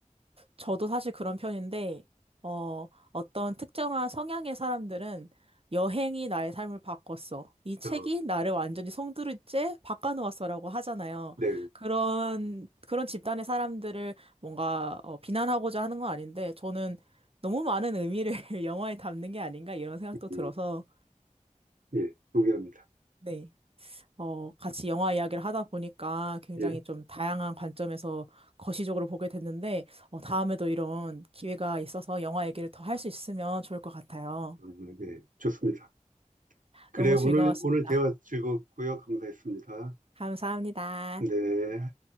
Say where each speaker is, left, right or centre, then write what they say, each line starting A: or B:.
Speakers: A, on the right (about 45°); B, on the right (about 85°).
A: 저도 사실 그런 편인데, 어, 어떤 특정한 성향의 사람들은 여행이 나의 삶을 바꿨어. 이 책이
B: 어,
A: 나를 완전히 송두리째 바꿔놓았어라고 하잖아요.
B: 네.
A: 그런, 그런 집단의 사람들을 뭔가 어, 비난하고자 하는 건 아닌데, 저는 너무 많은 의미를 <laughs> 영화에 담는 게 아닌가 이런 생각도 들어서,
B: 음, 예, 동의합니다.
A: 네. 어, 같이 영화 이야기를 하다 보니까 굉장히
B: 예, 예,
A: 좀 다양한 관점에서 거시적으로 보게 됐는데, 어, 다음에도 이런 기회가 있어서 영화 얘기를 더 할 수 있으면 좋을 것 같아요.
B: 아, 네, 좋습니다. 그래,
A: 너무
B: 오늘,
A: 즐거웠습니다.
B: 오늘 대화 즐겁고요. 감사했습니다.
A: 감사합니다.
B: 네.